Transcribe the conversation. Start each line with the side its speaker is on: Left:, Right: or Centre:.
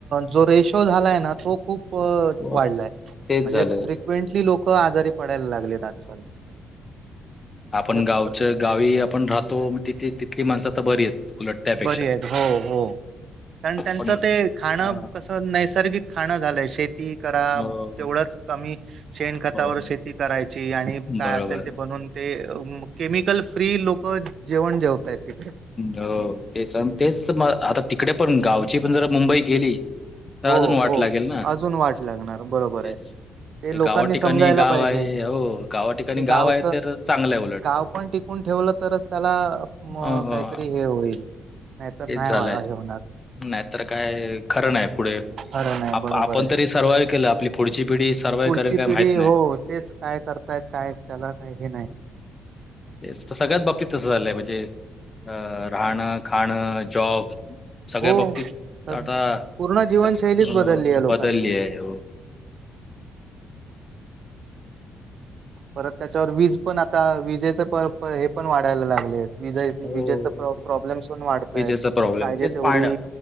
Right: जोे. रेशो झालाय ना तो खूप. खूप
Left: हो,
Right: वाढलाय
Left: तेच
Right: म्हणजे
Left: झालंय.
Right: फ्रिक्वेंटली लोक आजारी पडायला लागलेत आजकाल.
Left: आपण
Right: म्हणजे
Left: गावच
Right: प्र-
Left: गावी आपण राहतो तिथे तिथली माणसं आता बरी आहेत. उलट त्यापेक्षा.
Right: बरी आहेत हो हो कारण त्यांचं
Left: पण
Right: ते खाणं
Left: अ,
Right: कस नैसर्गिक खां झालंय शेती शेती करा
Left: हो.
Right: तेवढच कमी शेण खतावर
Left: हो.
Right: शेती करायची आणि
Left: बरोबर.
Right: काय असेल ते बन ते केमिकल फ्री लोक जेवण जेवतायत. तिकडे
Left: हो तेच, तेच आता तिकडे पण गावची पण जर मुंबई गेली. तर
Right: हो
Left: अजून वाट
Right: हो
Left: लागेल ना
Right: अजून वाट लागणार बरोबर
Left: तेच.
Right: आहे.
Left: ते
Right: लोकांनी
Left: गावा ठिकाणी
Right: समजायला
Left: गाव
Right: पाहिजे
Left: आहे हो गावा ठिकाणी
Right: ते गावचं
Left: गाव आहे तर चांगलंय उलट.
Right: गाव पण टिकून ठेवलं तरच त्याला
Left: हां, हां.
Right: काहीतरी हे होईल. नाहीतर
Left: तेच
Right: नाही
Left: झालंय
Right: वा- हे होणार
Left: नाही तर काय खरं नाही पुढे.
Right: खरं नाही
Left: आपण
Right: बरोबर आहे
Left: तरी सर्वाव्ह केलं आपली पुढची पिढी सर्वाव्ह
Right: पुढची
Left: करेल काय
Right: पिढी
Left: माहित
Right: हो
Left: नाही.
Right: तेच काय करतायत काय त्याला काही हे नाही.
Left: तेच सगळ्याच बाबतीत तसं झालंय म्हणजे अ राहणं, खाणं, जॉब सगळ्या
Right: हो
Left: बाबतीत
Right: सग
Left: आता
Right: पूर्ण जीवनशैलीच
Left: अं
Right: बदलली आहे लोकांची
Left: बदलली आहे.
Right: <inaudible> परत त्याच्यावर वीज पण आता विजेचे प हे पण वाढायला लागले आहेत. विज
Left: हो.
Right: विजेचा प्रॉब्लेमस वाढतयत
Left: विजेचा प्रॉब्लेम
Right: पाहिजे
Left: तेच
Right: तेवढी
Left: पाण्या